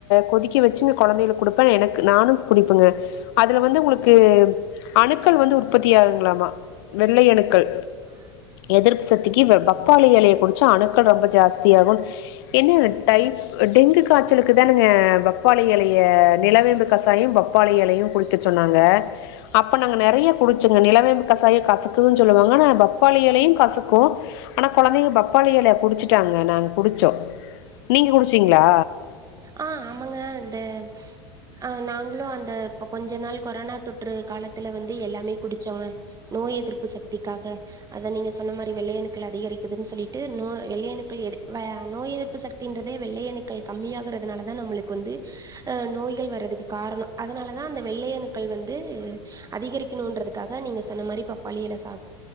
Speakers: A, on the left; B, on the right.
A: கொதிக்க வச்சுங் கொழந்தைகளுக் கொடுப்பேன் எனக் நானும் குடிப்பங்க அதுல வந்து உங்களுக்கு அணுக்கள் வந்து உற்பத்தி ஆகுங்களாமா வெள்ளை அணுக்கள்
B: அ
A: எதிர்ப்பு சத்திக்கு இந்த பப்பாளி இலைய குடிச்சா அணுக்கள் ரொம்ப ஜாஸ்தியா ஆகும் என்ன டைம் டெங்கு காய்ச்சலுக்கு தானங்க பப்பாளி எலைய நிலவேம்பு கசாயம் பப்பாளி எலையு குடுப் சொன்னாங்க அப்ப நாங்க நறைய குடிச்சங்க நிலவேம்பு கசாயம் கசக்குதுன்னு சொல்லுவாங்க ஆனா பப் பாப்பாளி எலையு கசுக்கு ஆனா குழந்தைங்க பப் பப்பாளி எல குடிச்சுட்டாங்க நாங்க குடிச்சோ நீங்க குடிச்சிங்களா
B: ஆ ஆமாங்க அந்த அ நாங்களு அந்த இப்ப கொஞ்ச நாள் கொரனா தொற்று காலத்துல வந்து எல்லாமே குடிச்சோங்க நோய் எதிர்ப்பு சக்திக்காக அத நீங்க சொன்ன மாரி வெள்ளையணுக்கள் அதிகரிக்குதுன்னு சொல்லிட்டு நோய் வெள்ளையணுக்கள் நோய் எதிர்ப்பு சக் தின்றதே வெள்ளை அணுக்கள் கம்மியாகறதுனால தா நம்மளுக்கு வந்து அ நோய்கள் வர்றதுக்கு காரணோ அதனாலதா அந்த வெள்ளை அணுக்கள் வந்து அதிகரிக்கணுன்றதுக்காக நீங்க சொன்ன மாரி பப்பாளி எல சாப்